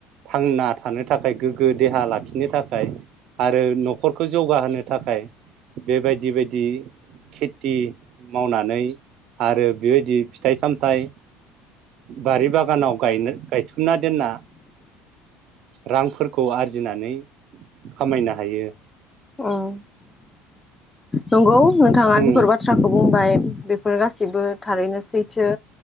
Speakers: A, on the right (about 60°); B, on the left (about 15°).
A: थांना थानो थाखाय गोग्गो देहा लाखिनो थाखाय आरो न'खरखौ जौगाहोनो थाखाय बेबायदि बायदि खेथि मावनानै आरो बेबायदि फिथाइ सामथाइ बारि बागानाव गायनो गाय थुमना दोनना रांफोरखौ आरजिनानै खामायनो हायो
B: ओम नंगौ नोंथाङा
A: उम
B: जिफोर बाथ्राखौ बुंबाय बेफोर गासिबो थारैनोसै सैथो